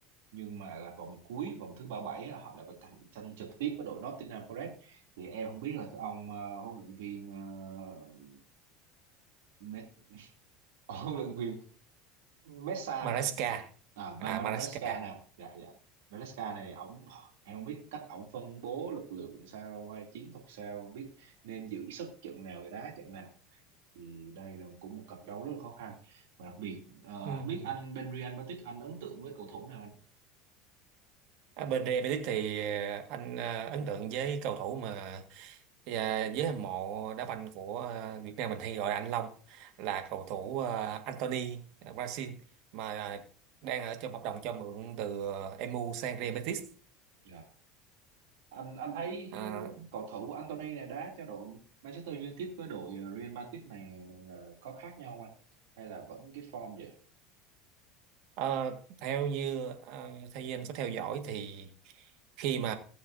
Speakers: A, on the right (about 85°); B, on the right (about 65°).
A: nhưng mà là vòng cuối vòng thứ 37 á, họ lại phải cạnh tranh trực tiếp với đội Nottingham Forest thì em không biết là cái ông ờ, huấn luyện viên uh, Met, <laughs> huấn luyện viên Mesa
B: Maresca
A: à, Ma-
B: à
A: Ma-
B: Maresca
A: Maresca nè dạ dạ Maresca này ổng em không biết cách ổng phân bố lực lượng sao hay chiến thuật sao biết nên giữ sức trận nào để đá trận nào thì đây là cũng một cặp đấu rất là khó khăn và đặc biệt ờ,
B: ừ.
A: không biết anh Benrian Petit anh ấn tượng với cầu thủ nào anh
B: À, bên Real Betis thì ờ, anh ờ, ấn tượng với cầu thủ mà à, với hâm mộ đá banh của ờ, Việt Nam mình hay gọi là anh Long là cầu thủ ờ, Anthony Brazil mà ờ, đang ở trong hợp đồng cho mượn từ ờ, MU sang Real Betis.
A: dạ anh anh thấy
B: À,
A: cầu thủ Anthony này đá cho đội Manchester United với đội ờ, Real Madrid này ờ, có khác nhau không anh hay là vẫn cái form vậy
B: Ờ, theo như ờ, theo như anh có theo dõi thì khi mà